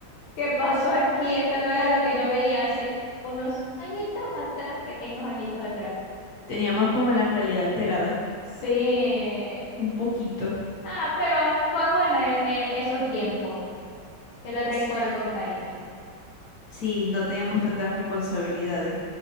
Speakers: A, on the left; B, on the left.
A: ¿qué pasó aquí? Esto no era lo que yo veía hace unos añitos atrás, pequeños añitos atrás.
B: teníamos como la realidad alterada,
A: Sí.
B: un poquito.
A: Ah, pero fue bueno eh, eh, esos tiempos. Yo los recuerdo
B: Sí,
A: con cariño.
B: sí, no teníamos tantas responsabilidades.